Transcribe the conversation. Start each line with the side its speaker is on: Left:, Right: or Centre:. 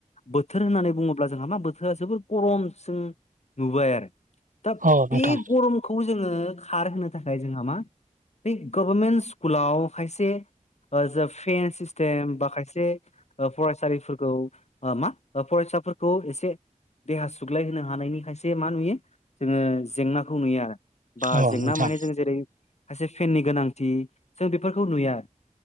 Left: बोथोर होननानै बुङोब्ला जोंहा मा बोथोरा जोबोर गरमसिम नुबाय आरो। दा
Right: औ नोंथां
Left: बे गरमखौ जोङो खारहोनो थाखाय जोंहा मा बे गभारमेन्ट स्कुलाव खायसे जा फेन सिस्टेम बा खायसे ओ फरायसालिफोरखौ मा फरायसाफोरखौ एसे देहा सुग्लायहोनो हानायनि खायसे मा नुयो जोङो जेंनाखौ नुयो आरो। बा
Right: औ
Left: जेंना
Right: नोंथां
Left: माने जों जेरै खायसे फेननि गोनांथि जों बेफोरखौ नुयो आरो।